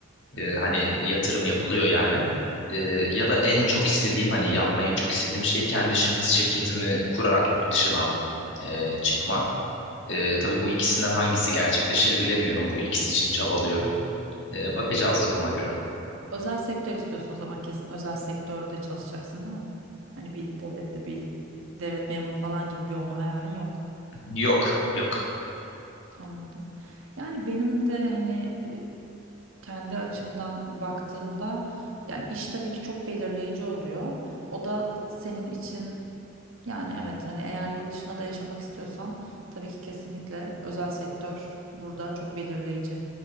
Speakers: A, on the right (about 80°); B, on the left (about 60°).
A: Hı
B: E,
A: hı.
B: hani yatırım yapılıyor yani. E, ya da en çok istediğim hani yapmayı en çok istediğim şey kendi şahıs şirketimi kurarak yurt dışına e, çıkma. E, tabii bu ikisinden hangisi gerçekleşir bilemiyorum. Bu ikisi için çabalıyorum. E,
A: Hı hı.
B: bakacağız duruma göre.
A: Özel sektör istiyorsun o zaman kesin özel sektörde çalışacaksın değil mi? Hani bir devlette bir devlet memuru falan gibi bir olma hayalin yok.
B: Yok, yok.
A: Anladım. Yani benim de hani kendi açımdan baktığımda yani iş tabii ki çok belirleyici oluyor. O da senin için yani evet hani eğer yurt dışında da yaşamak istiyorsan tabii ki kesinlikle özel sektör burada çok belirleyici.